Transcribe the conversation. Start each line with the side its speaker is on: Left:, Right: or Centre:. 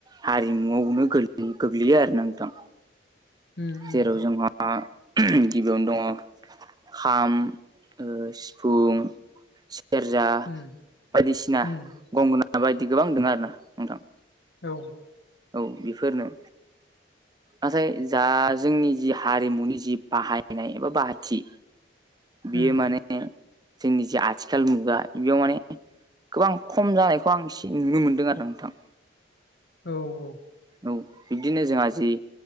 Right: हारिमुआवनो गोलोयो गोग्लैयो आरो ना नोंथां
Left: उम उम
Right: जेराव जोंहा आ गिबियावनो दङ खाम, सिफुं सेरजा
Left: उम
Right: बायदिसिना
Left: उम
Right: गंगोना बायदि गोबां दं आरो ना नोंथां
Left: औ।
Right: औ बेफोरनो नाथाय जा जोंनि जि हारिमुनि जि बाहायनाय एबा बाहाथि बेयो
Left: उम
Right: माने जोंनि जा आथिखाल मुगा बेयाव माने गोबां खम जानायखौ आं एसे नुनो मोनदों आरो नोंथां।
Left: औ-औ।
Right: औ बिदिनो जोंहा जि